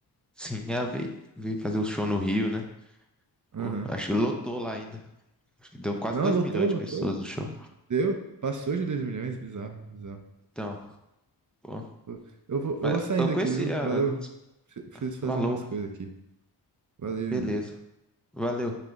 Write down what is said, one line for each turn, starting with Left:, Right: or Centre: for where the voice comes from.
Centre: Sim, a veio, veio fazer o show no Rio, né?
Right: Aham.
Centre: Pô, acho que lotou lá ainda. Acho que deu quase
Right: Não,
Centre: 2
Right: lotou,
Centre: milhões
Right: lotou.
Centre: de pessoas no show.
Right: Deu. Passou de 2 milhões, bizarro, bizarro.
Centre: Então, pô.
Right: Pô, Eu vou,
Centre: Mas
Right: eu vou saindo
Centre: eu conheci
Right: aqui, viu?
Centre: a
Right: Valeu.
Centre: a música.
Right: Pre- Preciso fazer
Centre: Valor.
Right: umas coisas aqui. Valeu.
Centre: Beleza. Valeu.